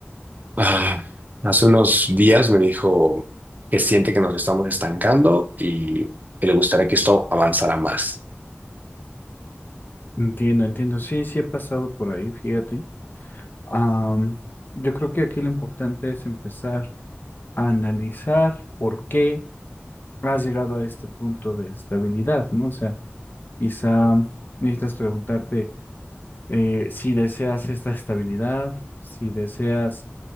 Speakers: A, on the right; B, on the left.
A: Ah, hace unos días me dijo que siente que nos estamos estancando y que le gustaría que esto avanzara más.
B: Entiendo, entiendo. Sí, sí he pasado por ahí, fíjate. Am, yo creo que aquí lo importante es empezar a analizar por qué has llegado a este punto de estabilidad, ¿no? O sea, quizá necesitas preguntarte eh, si deseas esta estabilidad, si deseas